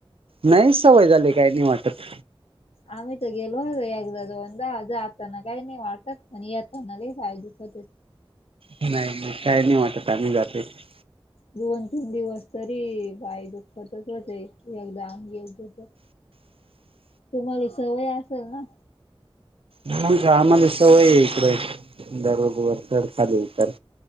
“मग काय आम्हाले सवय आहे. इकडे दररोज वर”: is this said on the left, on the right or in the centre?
Right